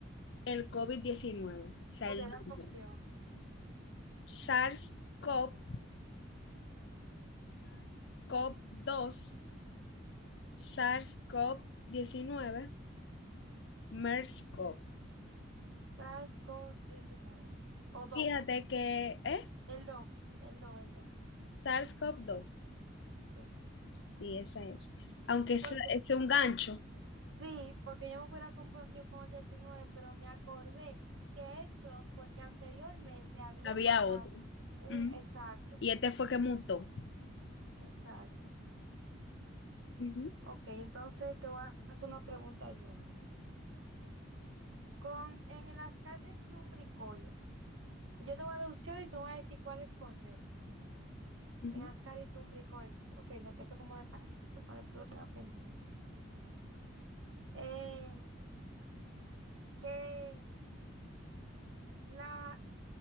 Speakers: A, on the left (about 60°); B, on the right (about 75°).
A: el covid diecinueve o sea,
B: O
A: el
B: quedan
A: nombre.
B: opciones.
A: SARS-CoV, cov dos sars cov diecinueve MERS-CoV.
B: sars cov diecinueve O DO,
A: Fíjate que, ¿eh?
B: el DO, el DO, el DO,
A: SARS-CoV-2.
B: sí.
A: Sí, esa es. Aunque ese
B: Porque
A: es un gancho,
B: sí, porque yo me hubiera confundido con el diecinueve pero me acordé que es 2 porque anteriormente había
A: había
B: pasado
A: otro.
B: un
A: Ujú,
B: exacto,
A: Y este fue que mutó.
B: exacto.
A: ujú,
B: Ok, entonces te voy a hacer una pregunta yo ahora. Con en las caries lumbricoides, yo te voy a dar opciones y tú me vas a decir cuál es correcta.
A: ujú.
B: En las caries lumbricoides, ok, no, que eso es como de parásito, para que tú lo tengas pendiente. Eh, que la